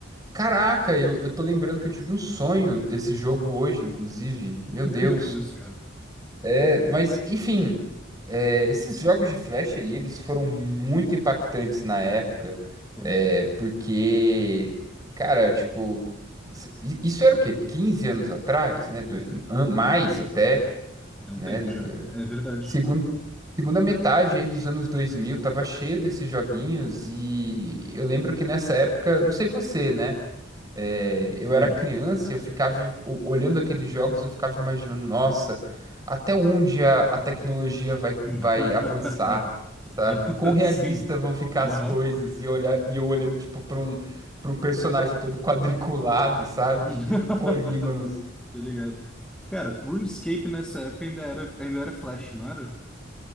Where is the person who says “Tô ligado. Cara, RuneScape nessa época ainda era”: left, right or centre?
Centre